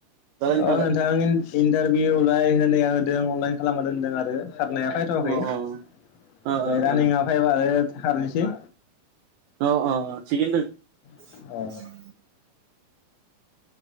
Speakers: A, on the right; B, on the left.
A: दालाय नोंथाङालाय
B: औ नोंथां इन्टारभिउ ओमफाय होनाया होदों अनलाइन खालामना दोनदों आरो। खारनाया फैथवाखै
A: अ
B: ओमफ्राय
A: अ अ अ
B: रानिंआ
A: अ
B: फायबा ओ खारनोसै।
A: अ अ थिगैनो दों।
B: अ
A: <inaudible>